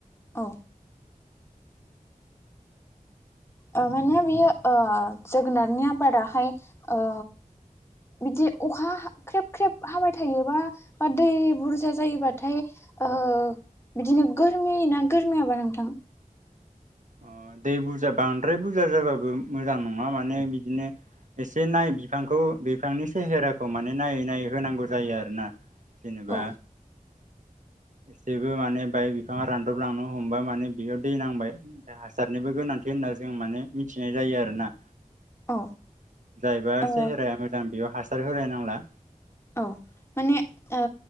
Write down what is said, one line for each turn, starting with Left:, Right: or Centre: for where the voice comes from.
Left: औ। ओ माने बियो ओ जोगोनारनि आबादाहाय ओ जुदि अखा ख्रेब ख्रेब हाबाय थायोबा बा दै बुरजा जायोबाथाय ओ बिदिनो गोरमियो ना गोरमियाबा नोंथां?
Right: अ दै बुरजा बांद्राय बुरजा जाबाबो मोजां नङा माने बिदिनो एसे नायै बिफांखौ बिफांनि सेहेराखौ माने नायै नायै होनांगौ जायो आरो ना। जेनेबा
Left: औ
Right: एसेबो माने बाय बिफाङा रानदबलांनो हमबा माने बेयाव दै नांबाय। हासारनिबो गोनांथि होनना जों माने मिथिनाय जायो आरोना।
Left: औ
Right: जायबा
Left: ओ
Right: सेहेराया मोजां बेयाव हासार होलायनांला।
Left: औ माने ओ